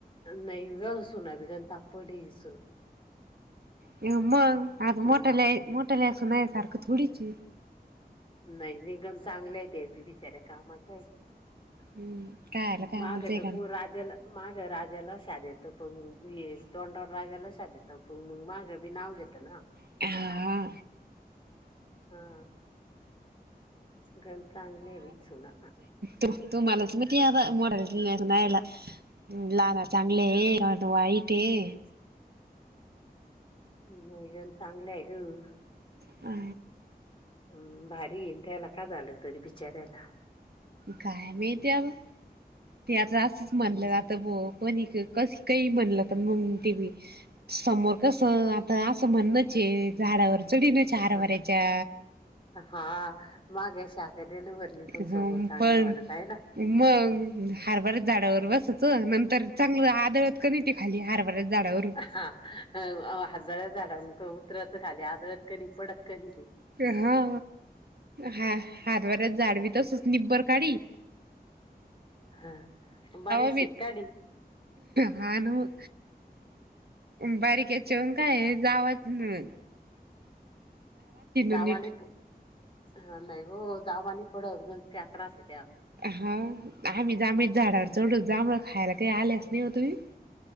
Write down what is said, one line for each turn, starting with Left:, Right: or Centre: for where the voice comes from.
Left: नई गं सुना बी, गन तापड येस.
Right: मंग आता मोठल्याये
Left: सुना
Right: मोठल्या सुनाये सारखं थोडीचये.
Left: नई नई गन चांगल्याये त्या बिचऱ्या कामाच्या येत.
Right: हम्म. कायला कामाचं
Left: माग
Right: आहे
Left: त को राजाला, माग राजाला श देतो पण तोंडवर राजाला शाप देत. त पन मंग, माग बी नाव घेत ना.
Right: <unintelligible>
Left: हा.. गन चांगल्या ये बई सुना.
Right: तुम्हालाच माहिती अगं, मुलांना न्यायला जागा चांगलीये. दाद
Left: हम्म.
Right: वाईटये.
Left: नई गन चांगल्या ये ग.
Right: हा..
Left: अं भारी ये त्याला का झालं, तरी बिचाऱ्याला.
Right: काय माहिती अगं ती आता असंच म्हणलं
Left: हम्म.
Right: जातं बो कोणी कसं कई म्हणलं पन मंग, ते बी समोर कसं आता असं म्हण. ते झाडावर चढीनच हरभऱ्याच्या.
Left: हा हा माग शाप दिलवरणी पण
Right: ह
Left: समोर चांगलं
Right: पण
Left: म्हणत हे ना?
Right: मग हरभार झाडावर बसायचं नंतर. चांगलं आदळत का नाही ते खाली हरभारत झाडावर.
Left: हा हरभऱ्याच्या झाडावरून उतराच खाली आजरत कधी पडत कधी ते.
Right: हा हा हरभऱ्याच झाड बी जी तसच निब्बर काडी.
Left: हा बारीक
Right: बी
Left: शिक काडीन.
Right: हा न बारीकेचेन काय जावच न.
Left: जावाने
Right: नीट
Left: नाही हो जावाने पडत गण <unintelligible> त्या
Right: हा आम्ही जांभळीत झाडावर चढू जांभळं खायला काही आल्यास नाही तुम्ही?